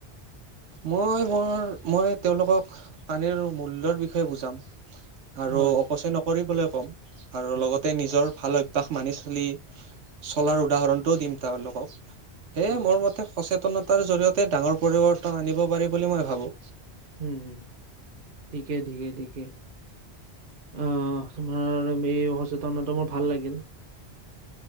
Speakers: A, on the right; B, on the right.
A: মই মোৰ, মই তেওঁলোকক পানীৰ মূল্যৰ বিষয়ে বুজাম। আৰু
B: হয়,
A: অপচয় নকৰিবলৈ ক'ম, আৰু
B: উম,
A: লগতে নিজৰ ভাল অভ কাষ মানি চলি, চলাৰ উদাহৰণটোও দিম তেওঁলোকক। সেয়ে,
B: হয়,
A: মোৰ মতে সচেত। সতনতাৰ জৰিয়তে ডাঙৰ পৰিৱৰ্তন আনিব পাৰি বুলি মই ভাবোঁ।
B: উম, ঠিকে, ঠিকে, ঠিকে। অ', তোমাৰ এই সচেতনটো মোৰ ভাল লাগিল।